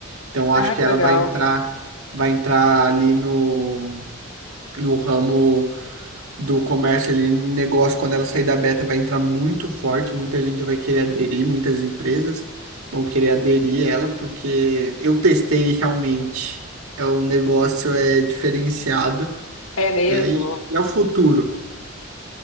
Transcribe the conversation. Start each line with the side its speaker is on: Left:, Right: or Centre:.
Right: Então eu
Left: Ah,
Right: acho que
Left: que
Right: ela
Left: legal.
Right: vai entrar, vai entrar ali no, no ramo do comércio ali, negócio, quando ela sair da beta, vai entrar muito forte, muita gente vai querer aderir, muitas empresas vão querer aderir ela, porque eu testei e realmente, é, o negócio é diferenciado,
Left: É mesmo.
Right: né? E, e é o futuro.